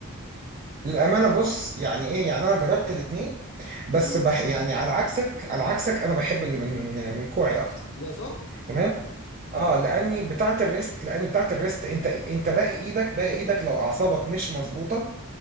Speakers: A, on the right (about 35°); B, on the left (about 60°).
A: للامانه بص يعني ايه يعني انا جربت الاثنين بس
B: امم
A: بح يعني على عكسك على عكسك انا بحب اللي من من كوعي اكتر
B: يا صح
A: تمام اه لاني بتاعه الريست لاني بتاعه الريست انت انت باقي ايدك باقي ايدك لو اعصابك مش مظبوطه